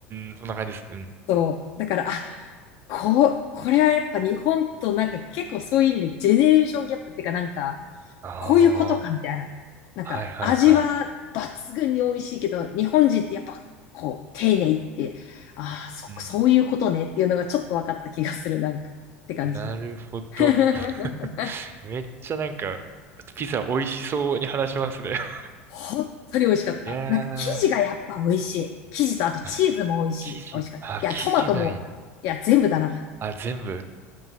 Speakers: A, on the right; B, on the left.
A: うーん、そんな感じですね。うんうん。
B: そう。だから、あ、こう、これはやっぱ日本となんか結構そういう意味でジェネレーションギャップっていうかなんか、
A: ああ。
B: こういうことかみたいな。なんか味は抜群に美味しいけど、
A: はいはいはい。
B: 日本人ってやっぱこう丁寧って、ああ、そ、
A: うん。
B: そういうことねっていうのがちょっと分かった気がする、なんかって感じで。
A: なるほど。
B: <laughs>
A: <laughs> めっちゃなんか、ピザ美味しそうに話しますね。<laughs>
B: 本当に美味しかった。
A: いやー、
B: なんか生地がやっぱ美味しい。生地とあとチーズも美味しい。
A: あ生地、
B: 美味しかった。
A: あ、
B: いや、
A: 生地なんや。
B: トマトも、いや、全部だな。
A: あ、全部。